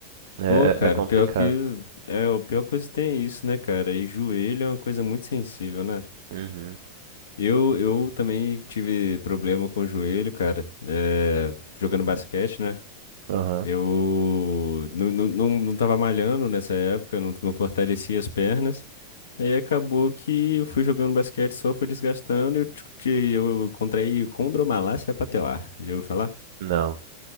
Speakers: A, on the right (about 55°); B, on the left (about 65°).
A: É,
B: Pô, cara,
A: é é complicado.
B: pior que. É, o pior coisa que tem é isso, né, cara? E joelho é uma coisa muito sensível, né?
A: Uhum.
B: Eu, eu também tive problema com o joelho, cara, eh, jogando basquete, né?
A: Aham.
B: Eu não, não, não, não tava malhando nessa época, não, não fortalecia as pernas. Aí acabou que eu fui jogando basquete, só foi desgastando e eu, t- eu contraí condromalácia patelar. Já ouviu falar?
A: Não.